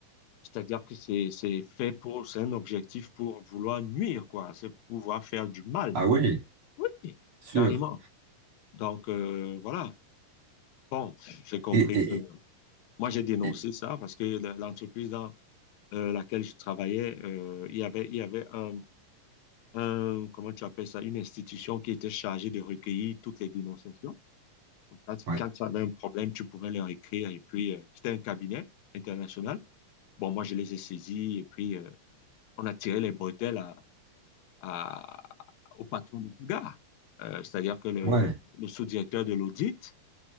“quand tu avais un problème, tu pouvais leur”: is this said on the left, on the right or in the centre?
Left